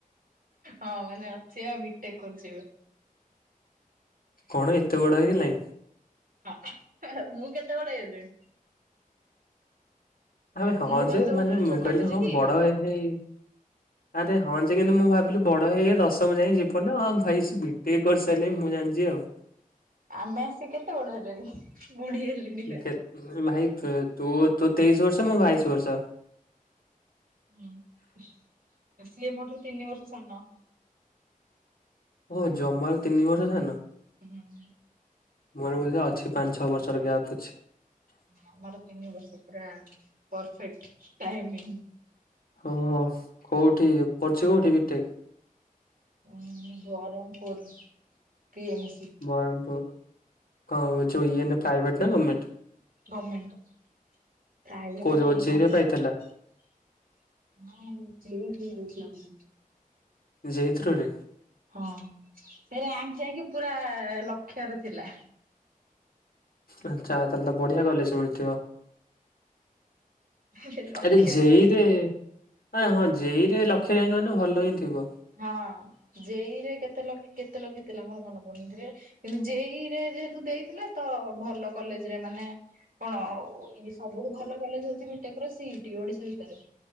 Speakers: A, on the right; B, on the left.
A: ହଁ ମାନେ ଅଛି ଆଉ ବିଟେକ କରୁଛି ଏବେ।
B: କଣ ଏତେ ବଡ ହେଇଗଲାଣି?
A: ହଁ ମୁଁ କେତେ ବଡ ହେଇଗଲିଣି।
B: ଆବେ ହଁ
A: ମୁଁ କଣ
B: ଯେ
A: ତୋ
B: ମାନେ
A: ଠାରୁ
B: ମୁ
A: ଛୋଟ
B: କିହିଲି
A: ବୁଝୁ
B: ହଁ
A: କି?
B: ବଡ ହେଇଥାଇ ଆରେ ହଁ ଯେ କିନ୍ତୁ ମୁଁ ଭାବିଲି ବଡ ହେଇହେଇ ଦଶମ ଯାଏ ଯିବ <unintelligible> ଭାଇ ସେ ବି ଟେକେ କରିସାରିଲେନି ମୁଁ ଜାଣିଛି ଆଉ।
A: ଆମେ ଆସିିକି କେତେ ବଡ ହେଲେଣି ବୁଢୀ ହେଲିଣି।
B: ମୁଁ
A: ପା।
B: କେ ଭାଇ ତୁ ତୁ ତୁ ତେଇଶି ବର୍ଷ ମୁଁ ବାଇଶି ବର୍ଷ।
A: ହୁଁ ସିଏ ମୋ ଠାରୁ ତିନି ବର୍ଷ ସାନ।
B: ଓଃ ଜମାରୁ ତିନି ବର୍ଷ ସାନ।
A: ହୁଁ।
B: ମୁଁ ଭାବୁଥିଲି ଅଛି ପାଞ୍ଚ ଛଅ ବର୍ଷର ଗ୍ୟାପ୍ ଅଛି।
A: ଆମର ତିନି ବର୍ଷ ପୁରା ପରଫେକ୍ଟ ଟାଇମିଙ୍ଗ।
B: ଓହୋ କୋଉଠି କଚି କୋଉଠି ବିଟେକ୍?
A: ଉଁ Berhampur P M C.
B: Berhampur କଉ ଯୋଇ ଇଏ ନା ପ୍ରାଇଭେଟ ନା ଗମେଣ୍ଟ?
A: ଗମେଣ୍ଟ ପ୍ରାଇଭେଟରେ
B: କୋଉଥିରେ
A: କୋଉଠି
B: ଜେଇରେ
A: କଣ କରିବ?
B: ପାଇଥିଲା
A: ହଁ ଜେଇ ଫେଇ ଦେଇଥିଲା ମଝିରେ।
B: ଯେଇ ଥ୍ରୋ ରେ।
A: ହଁ ସେ ରିୟାଙ୍କ ଯାଇକି ପୁରା ଲକ୍ଷରେ ଥିଲା।
B: ଆଚ୍ଛା ତାହେଲେ ତ ବଢ଼ିଆ କଲେଜ ମିଳିଥିବ।
A: ସେ ଲକ୍ଷ୍ୟରେ
B: ଆରେ ଯେ ଇ
A: ମାନେ
B: ରେ ଆଁ ହଁ ଜେଇରେ ଲକ୍ଷେ ରିୟାଙ୍କ ମାନେ ଭଲ ହିଁ ଥିବ।
A: ହଁ ଜେଇରେ କେତେ ଲ କେତେ ଲକ୍ଷ ଥିଲା ମୋର ମନେ ପଡୁନି ରେ କିନ୍ତୁ ଯେଇ ରେ ଯେହେତୁ ଦେଇଥିଲେ ତ ଭଲ କଲେଜ ରେ ମାନେ କଣ ଇଏ ସବୁଠୁ ଭଲ କଲେଜ ହଉଚି ବିଟେକର ସି ଇ ଟି ଓଡିଶା ଭିତରେ।